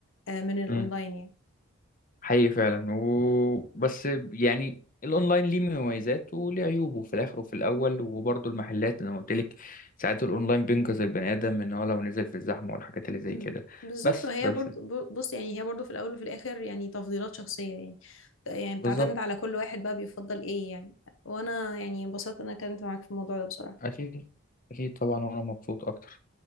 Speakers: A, on the left (about 65°); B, on the left (about 40°).
A: آه، من الاونلاين
B: مم.
A: يعني
B: حقيقي فعلا و... بس يعني الاونلاين ليه مميزات وليه عيوبه في الاخر وفي الاول وبرضه المحلات اللي انا قلت لك ساعات الاونلاين بينقذ البني ادم ان هو لو نزل في الزحمه والحاجات اللي زي
A: مم.
B: كده
A: بالظبط
B: بس
A: وهي
B: بس
A: برضو بص يعني هي برضو في الاول وفي الاخر يعني تفضيلات شخصيه يعني يعني
B: بالظبط
A: بتعتمد على كل واحد بقى بيفضل ايه يعني وانا يعني انبسطت إن انا اتكلمت معاك في الموضوع ده بصراحه
B: اكيد اكيد طبعا وانا مبسوط اكتر